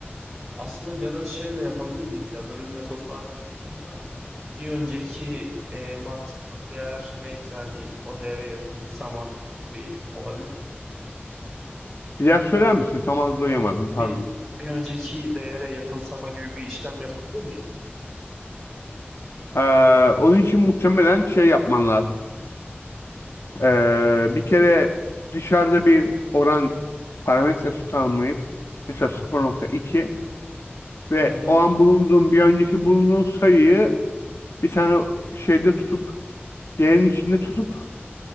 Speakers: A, in the centre; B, on the left.
A: aslında ya da şey de yapabilir miyiz ya böyle bir metot var mı bilmiyorum da. bir önceki e, mantıklı değer neyse hani o değere yakınsama gibi olabilir mi?
B: Bir daha söyler misin? Tam anlayamadım. Pardon.
A: Bir bir önceki değere yakınsama gibi bir işlem yapabilir miyiz?
B: Ee, onun için muhtemelen şey yapman lazım. Ee, bir kere dışarıda bir oran parametresi tanımlayıp mesela 0.2 ve
A: Hı hı.
B: o an bulunduğun bir önceki bulunduğun sayıyı bir tane şeyde tutup değerin içinde tutup